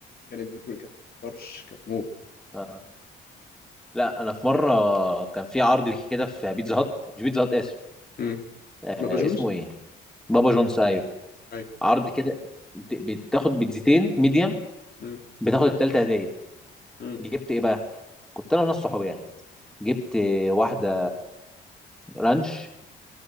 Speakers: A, on the left; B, in the centre.
A: كانت بيبروني كانت طرش كانت موت
B: اه لا انا في مرة كان في عرض كده في بيتزا هات مش بيتزا هات اسف
A: مم.
B: آه
A: بابا جونز
B: اسمه ايه بابا جونز ايوه
A: ايوه
B: عرض كده بت- بتاخد بيتزتين ميديم
A: مم.
B: بتاخد التالتة هدية
A: مم.
B: جبت ايه بقى كنت انا وناس صحابي يعني جبت واحدة رانش